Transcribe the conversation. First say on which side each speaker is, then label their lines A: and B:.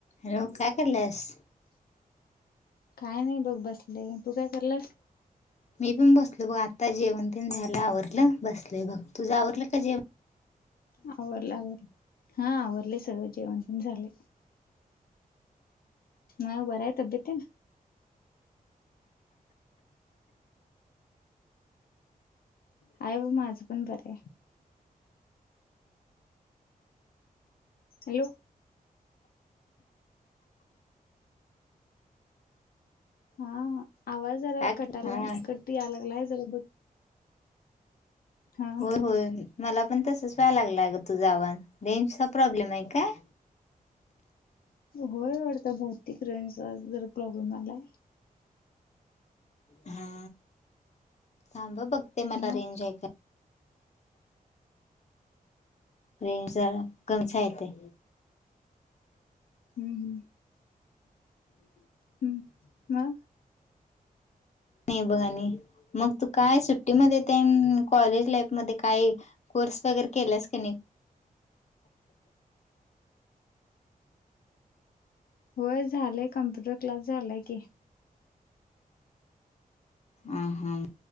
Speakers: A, on the left; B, on the left.
A: Hello, काय कराल्यास?
B: काय नाही बघ, बसले. तू काय कराल्यास?
A: मी पण बसलोय बघ. आता जेवण तेण झालं, आवरलं, बसलोय बघ. तुझं आवरलं का जेव?
B: आवरलं, आवरलं. हा, आवरलंय सगळं जेवण पण झालंय. मग बरं हाय तब्येत तेन? हाय बघ, माझं पण बरं आहे. हॅलो. हा, आवाज जरा
A: काय
B: कटालाय,
A: हा
B: कट याय लागलाय जरा बघ. हा
A: होय होय. मला पण तसंच व्हाय लागलाय अगं, तुझा आवाज. रेंजचा प्रॉब्लेम आहे काय?
B: होय वाटतं, बहुतेक रेंजचा आज प्राॅब्लेम आलाय.
A: हा, थांब हं बघते, मला
B: मग
A: रेंज आहे काय. रेंज जरा, कमीच आहे इथे.
B: हम्म हम्म, हम् मग?
A: नाही बघ आणि. मग तू काय सुट्टीमध्ये तेन, कॉलेज लाईफ मध्ये काय? कोर्स वगैरे केलास की नाही?
B: होय, झालंय कम्प्युटर क्लास झालाय की.
A: अं हा,